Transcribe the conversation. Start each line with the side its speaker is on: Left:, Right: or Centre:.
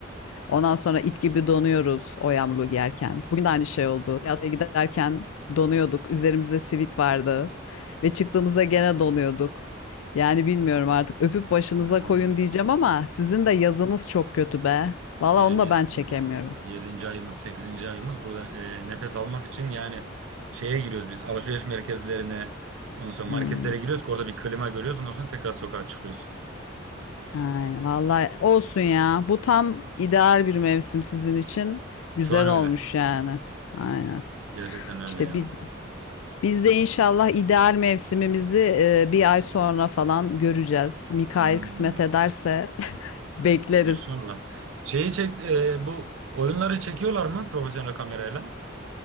Left: ondan sonra it gibi donuyoruz o yağmurluğu giyerken bugün de aynı şey oldu tiyatroya giderken donuyorduk üzerimizde sivit vardı ve çıktığımızda gene donuyorduk yani bilmiyorum artık öpüp başınıza
Right: Hmm.
Left: koyun diyeceğim ama sizin de yazınız çok kötü be valla
Right: Bizim
Left: onu da
Right: ya
Left: ben çekemiyorum.
Right: bizim yedinci ayımız sekizinci ayımız burada e, nefes almak için yani şeye giriyoruz biz alışveriş merkezlerine ondan sonra
Left: Hmm.
Right: marketlere giriyoruz ki orada bir klima görüyoruz ondan sonra tekrar sokağa çıkıyoruz.
Left: Aynen. Vallahi olsun ya. Bu tam ideal bir mevsim sizin için. Güzel
Right: Şu an öyle.
Left: olmuş yani. Aynen.
Right: Gerçekten öyle
Left: İşte
Right: ya.
Left: biz biz de inşallah ideal mevsimimizi e, bir ay sonra falan göreceğiz. Mikail
Right: Hmm.
Left: kısmet ederse <laughs> bekleriz.
Right: İnşallah. Şeyi çek e, bu oyunları çekiyorlar mı profesyonel kamerayla?